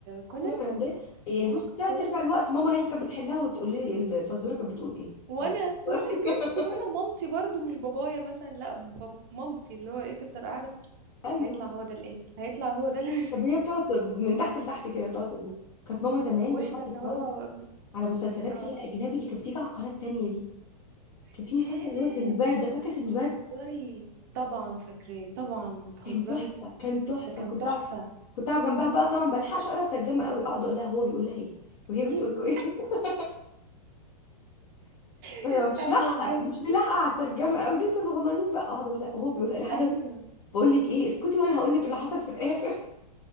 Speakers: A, on the left; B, on the right.
A: <laughs>
B: كونان
A: كورة ده يعني
B: محقق
A: بص ثلاث
B: كونان
A: ارباع الوقت ماما هي اللي كانت بتحلها وتقول لي الفزوره كانت بتقول ايه
B: وانا
A: أو- <laughs>
B: وانا بجد وانا مامتي برضو مش بابايا مثلا لا باب مامتي اللي هو ايه تفضل قاعدة
A: ايوه
B: هيطلع هو ده اللي قاتل هيطلع هو ده اللي
A: طب هي بتقعد ت- من تحت لتحت كده تقعد تقول. كانت ماما
B: <laughs>
A: زمان
B: واحنا
A: بتقعد تتفرج
B: اللي هو
A: على مسلسلات
B: اه
A: اللي هي اجنبي اللي كانت بتيجي على القناه التانيه دي كان في
B: ياه
A: مسلسل اللي هو سندباد
B: بجد
A: ده فاكره سندباد
B: بتهزري طبعا فاكراه طبعا بتهزري
A: كان تحفه كان تحفه
B: ده كان
A: كنت
B: تحفة
A: اقعد كنت اقعد جنبها بقى طبعا بلحقش اقرا الترجمه قوي اقعد اقول لها هو بيقول لها ايه وهي
B: اكيد
A: بتقول له ايه <laughs>
B: <laughs>
A: أنا مش
B: ايوه
A: لاحقه
B: بجد
A: مش ملاحقه على الترجمه قوي لسه صغننين بقى اقعد اقول لها هو بيقول لحد
B: ايوه
A: بقول لك ايه اسكتي وانا هقول لك اللي حصل في الاخر <laughs>